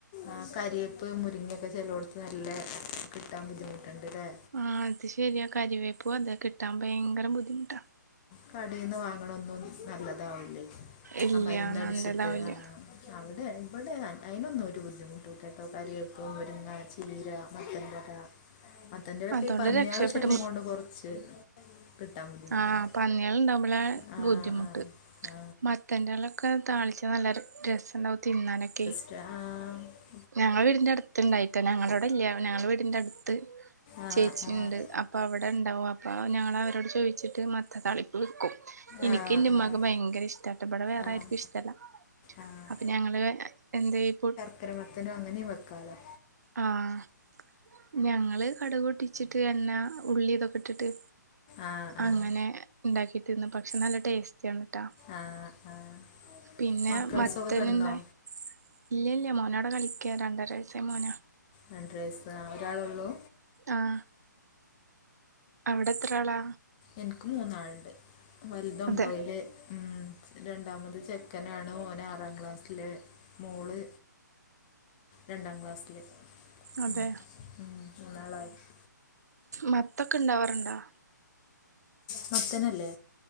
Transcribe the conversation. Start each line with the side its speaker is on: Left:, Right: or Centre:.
Left: ആ കരിവേപ്പ് മുരിങ്ങൊക്കെ ചെലോടത്ത് നല്ല കിട്ടാൻ ബുദ്ധിമുട്ടുണ്ട്ല്ലേ
Right: ആ അത് ശെരിയാ കരിവേപ്പും അതെ കിട്ടാൻ ഭയങ്കരം ബുദ്ധിമുട്ടാ
Left: കടേന്ന് വാങ്ങണെ ഒന്നും നല്ലതാവില്ലേ
Right: ഇല്ല
Left: ആ മരന്ന്
Right: നല്ലതാവില്ല
Left: അടിച്ചിട്ട് ആഹ് അവിടെ ഇവിടെ അതിനൊന്നും ഒരു ബുദ്ധിമുട്ട് ഇല്ലകേട്ടോ കരിവേപ്പും മുരിങ്ങ ചീര മത്തന്റെ ഇല മത്തൻന്റെ ഇല
Right: അതുകൊണ്ട്
Left: ഇപ്പേ പന്നിയാളുടെ
Right: രക്ഷപ്പെട്ടു
Left: ശല്യം കൊണ്ട് കുറച്ച് കിട്ടാൻ ബുദ്ധിമുട്ടുണ്ട്
Right: ആഹ് പന്നികൾ ഉണ്ടാവുമ്പോളാ
Left: ആ
Right: ബുദ്ധിമുട്ട്
Left: ആ ആ
Right: മത്തന്റെഇലഒക്കെ താളിച്ചാ നല്ല രസം ഉണ്ടാവും തിന്നാനൊക്കെ
Left: റ്റാ
Right: ഞങ്ങളെ വീടിന്റെ അടുത്ത് ഉണ്ടായിട്ടാ ഞങ്ങളെ അവിടെ ഇല്ല ഞങ്ങള് വീടിന്റെ അടുത്ത്
Left: ആഹ്
Right: ചേച്ചിയുണ്ട്
Left: ആഹ്
Right: അപ്പോൾ അവിടെ ഉണ്ടാകും അപ്പോൾ ഞങ്ങള് അവരോട് ചോദിച്ചിട്ട് മത്തൻ താളി വെക്കും എനിക്ക്
Left: ആഹ്
Right: എന്റെ ഉമ്മാക്കും
Left: ആഹ്
Right: ഭയങ്കരം ഇഷ്ട്ടാട്ടെ ഇവിടെ വേറൊയിരിക്കും
Left: ആഹ്
Right: ഇഷ്ടല്ല
Left: ആഹ്
Right: അപ്പൊ ഞങ്ങള് എന്ത് ഇപ്പ
Left: ചകരമത്തനും അങ്ങനെയും വെക്കാലോ
Right: ആഹ് ഞങ്ങള് കടക് പെട്ടിച്ചിട്ട് എണ്ണാ ഉള്ളി ഇതൊക്കെ ഇട്ടിട്ട്
Left: ആഹ് ആഹ്
Right: അങ്ങനെ ഉണ്ടാക്കിട്ടി തിന്നും പക്ഷെ നല്ല ടേസ്റ്റാണ് ട്ടെ
Left: ആഹ് ആഹ്
Right: പിന്നെ
Left: മക്കൾസൊക്കെ
Right: മത്തന്
Left: കെടന്നോ
Right: ഇള്ള ഇല്ല ഇല്ല മോന് അവിടെ കളിക്കാ രണ്ടര വയസായ മോനാ
Left: രണ്ടര വയസ് ഒരാള് ഒള്ളൂ
Right: ആഹ് അവിടെ എത്ര ആളാ
Left: എനിക്ക് മൂന്നാളുണ്ട് വലുത് ഒമ്പയില്
Right: അതെ
Left: ഉം രണ്ടാമത് ചെക്കനാണ് ഓന് ആറാം ക്ലാസ്സിൽ മോള് രണ്ടാം ക്ലാസ്സില്
Right: അതെ
Left: ഉം ഉം മൂന്നാളായി
Right: മത്തൊക്കെ ഇണ്ടാവാറുണ്ടോ
Left: മത്തേനല്ലേ